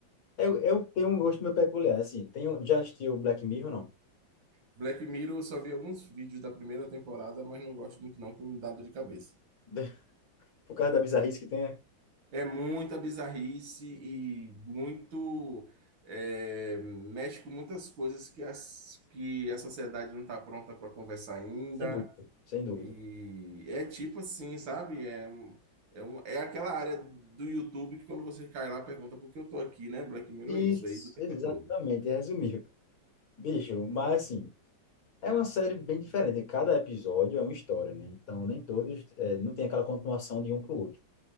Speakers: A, on the left; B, on the right.
A: Eu, eu tenho um gosto meio peculiar, assim. Tenho, já assistiu Black Mirror, não?
B: Black Mirror, eu só vi alguns vídeos da primeira temporada, mas não gosto muito não, que me dá dor de cabeça.
A: <laughs> Por causa da bizarrice que tem, é?
B: É muita bizarrice e muito é, mexe com muitas coisas que, as, que a sociedade não está pronta para conversar ainda.
A: Sem dúvida, sem dúvida.
B: E é tipo assim, sabe? É, um- é, um- é aquela área do YouTube que quando você cai lá, pergunta por que eu tô aqui, né? Black Mirror
A: Isso,
B: é isso, é isso o tempo
A: exatamente,
B: todo.
A: é resumir. Bicho, mas assim, é uma série bem diferente. né? Cada episódio é uma história, né? Então, nem todos, é, não tem aquela continuação de um pro outro.